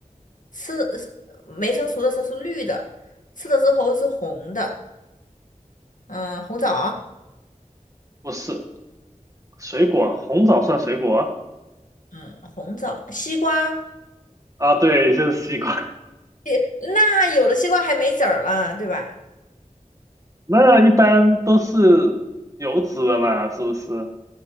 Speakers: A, on the left (about 70°); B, on the right (about 25°).
A: 吃是没成熟的时候是绿的，吃的时候是红的，嗯，红枣，
B: 不是，水果，红枣算水果
A: 嗯，红枣，西瓜，
B: 啊？对，就是西瓜。
A: 也那有的西瓜还没籽儿了，对吧？
B: <laughs> 那一般都是有籽的嘛，是不是？